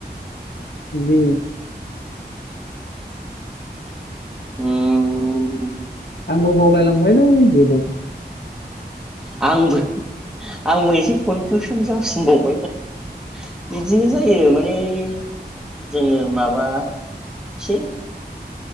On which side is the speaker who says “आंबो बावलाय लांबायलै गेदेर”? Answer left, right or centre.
Left